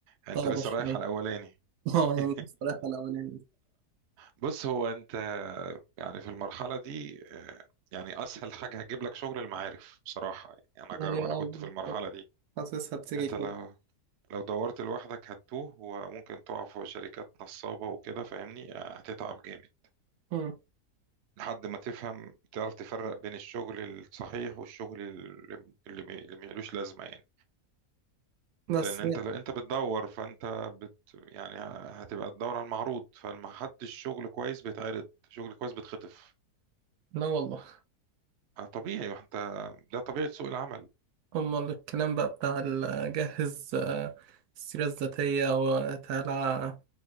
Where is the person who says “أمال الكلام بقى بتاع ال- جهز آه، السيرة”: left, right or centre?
Right